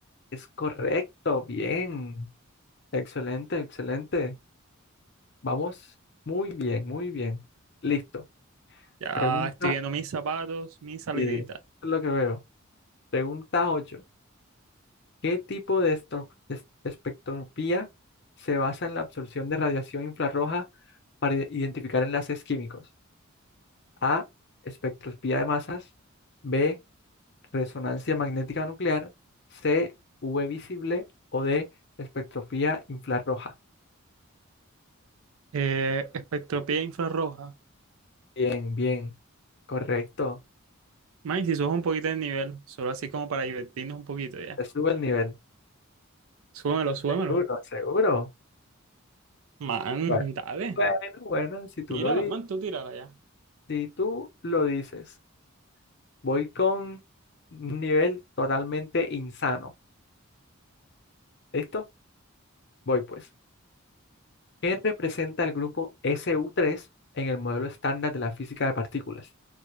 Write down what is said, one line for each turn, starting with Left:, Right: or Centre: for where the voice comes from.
Left: Es correcto, bien. Excelente, excelente. Vamos muy bien, muy bien. Listo.
Right: Ya
Left: Pregunta,
Right: estoy viendo mis zapatos, mis saliditas.
Left: eh, es lo que veo. Pregunta 8. ¿Qué tipo de esto- es- espectroscopía se basa en la absorción de radiación infrarroja para i- identificar enlaces químicos? A. Espectroscopía de masas. B. Resonancia magnética nuclear. C. UV visible. O D. Espectroscopía infrarroja.
Right: Eh, espectropía infrarroja.
Left: Bien, bien. Correcto.
Right: Man, si subes un poquito de nivel, solo así como para divertirnos un poquito ya.
Left: Te sube el nivel.
Right: Súbemelo, súbemelo.
Left: Seguro, seguro.
Right: Man,
Left: Bueno,
Right: dale.
Left: bueno, bueno, si tú
Right: Tírala,
Left: lo di-
Right: man, tú tírala ya.
Left: si tú lo dices, voy con un nivel totalmente insano. ¿Listo? Voy pues. ¿Qué representa el grupo SU3 en el modelo estándar de la física de partículas?